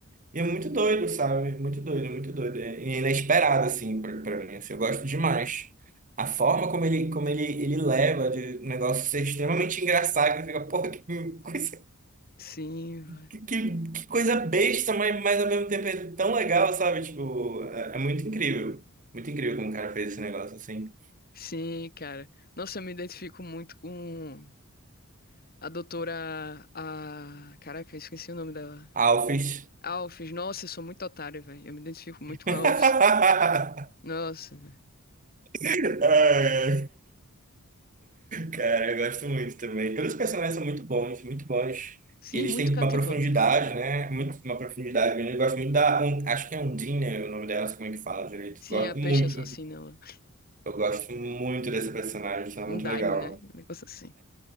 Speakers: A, on the right; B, on the left.
A: E é muito doido, sabe? Muito doido, muito doido. É inesperado, assim, pra, pra mim. assim, eu gosto demais. A forma como ele, como ele, ele leva de um negócio ser extremamente engraçado, que fica, porra, que coisa,
B: Sim, velho.
A: que, que- que coisa besta, mas, mas ao mesmo tempo é tão legal, sabe? Tipo, é, é muito incrível. Muito incrível como o cara fez esse negócio, assim.
B: Sim, cara. Nossa, eu me identifico muito com a doutora. A. Caraca, eu esqueci o nome dela.
A: Alphys.
B: Alphys. Nossa, eu sou muito otário, velho. Eu me identifico muito
A: <laughs>
B: com a Alphys. Nossa, velho.
A: Ai, Cara, eu gosto muito também. Todos os personagens são muito bons, muito bons.
B: Sim,
A: E eles
B: muito
A: têm
B: cativantes.
A: uma profundidade, né? Muito, uma profundidade grande. Eu gosto muito da. Un- acho que é Undine, né, o nome dela, não sei como é que fala direito.
B: Sim,
A: Gosto
B: a peixe
A: muito,
B: assassina,
A: muito.
B: ela.
A: Eu gosto muito dessa personagem, acho ela
B: Um
A: muito
B: Daine,
A: legal.
B: né? Um negócio assim.